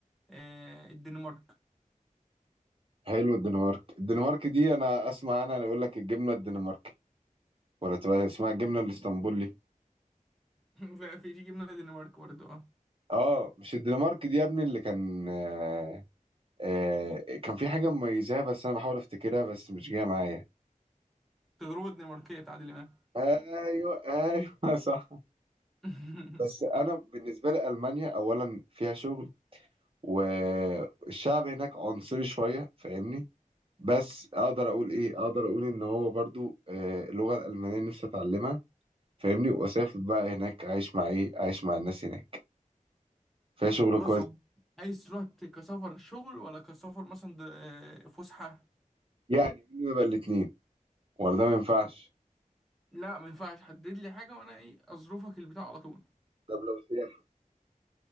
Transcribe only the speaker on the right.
حلو الدنمارك الدنمارك دي انا اسمع عنها، انا يقول لك الجبنه الدنماركي ولا تبقى اسمها الجبنه الاسطنبولي
اه مش الدنمارك دي يا ابني اللي كان آه آه كان في حاجه مميزاها بس انا بحاول افتكرها بس مش جايه معايا
ايوه ايوه <laughs> صح
بس انا بالنسبه لي المانيا اولا فيها شغل والشعب هناك عنصري شويه فاهمني بس اقدر اقول ايه اقدر اقول ان هو برضو آه، اللغه الالمانيه نفسي اتعلمها فاهمني واسافر بقى هناك اعيش مع ايه اعيش مع الناس هناك فيها شغل
كويس
يعني مين يبقى الاتنين ولا ده ما ينفعش
طب لو سياحه